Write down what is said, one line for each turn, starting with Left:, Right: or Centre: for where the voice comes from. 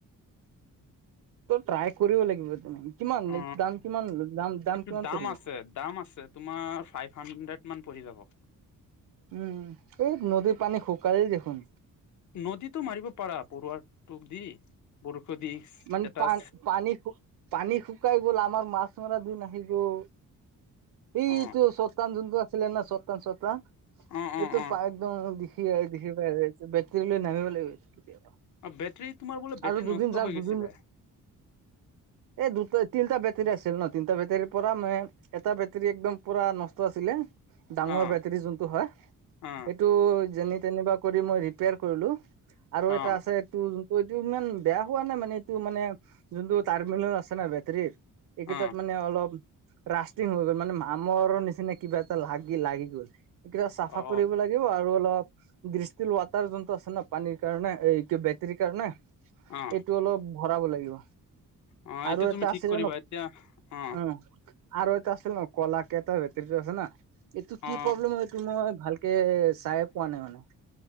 Right: ট্ৰাই কৰিব লাগিব তুমি কিমান
Left: অ
Right: দাম কিমান দাম দাম
Left: এইটো
Right: কিমান পৰিব?
Left: আছে দাম আছে। তোমাৰ ফাইভ হানড্ৰেট মান পৰি যাব।
Right: উম সেই নদীৰ পানী শুকালে দেখোন।
Left: নদীতো মাৰিব পাৰা পৰুৱাৰ টোপ দি, বৰশী দি
Right: মানে
Left: এটা,
Right: পা পানী শু পানী শুকাই গ'ল, আমাৰ মাছ মৰা দিন আহি গ'ল। এইটো এইটো
Left: অ
Right: চতকান যোনটো আছিলে ন! চতকান, চতকা।
Left: অ অ
Right: এইটো
Left: অ
Right: পাইপ, একদম দেখিয়ে, দেখি পাই আছে এইটো, বেটেৰী লৈ নামিব লাগিব কেতিয়াবা।
Left: অ বেটেৰী, তোমাৰ বোলে বেটেৰী
Right: আৰু দুদিন
Left: নষ্ট
Right: যাক
Left: হৈ
Right: দুদিন
Left: গৈছিলে?
Right: এই দুটা তিনিটা বেটাৰী আছিল ন তিনিটা বেটাৰীৰ পৰা নাই, এটা বেটাৰী একদম পুৰা নষ্ট আছিলে। ডাঙৰ
Left: অ
Right: বেটাৰী যোনটো হয়
Left: অ
Right: সেইটো যেনি তেনি বা, কৰি মই ৰিপেয়াৰ কৰিলো আৰু
Left: অ
Right: এটা আছে। টো যোনটো এইটো ইমান বেয়া হোৱা নাই মানে এইটো মানে যোনটো টাৰ্মিনেল আছে না বেটাৰীৰ, এইকেইটাত
Left: অ
Right: মানে অলপ, ৰাষ্টিং হৈ গ'ল মানে, মামৰ নিচিনা কিবা এটা লাগি, লাগি গ'ল। এইকেইটা চাফা
Left: অ
Right: কৰিব লাগিব। আৰু অলপ, দৃষ্টিল ৱাটাৰ যোনটো আছে ন পানীৰ কাৰণে, এইটো বেট, বেটেৰীৰ কাৰনে,
Left: অ
Right: এইটো অলপ ভৰাব লাগিব।
Left: অ এইটো
Right: আৰু
Left: তুমি
Right: এটা
Left: ঠিক
Right: আছিলে
Left: কৰিবা
Right: ন,
Left: এতিয়া অ
Right: উম আৰু এটা আছিল ন, কলাকে এটা বেটেৰীটো আছে ন। এইটো কি
Left: অ
Right: প্ৰব্লেম হয়, এইটো মই ভালকে চাই পোৱা নাই মানে।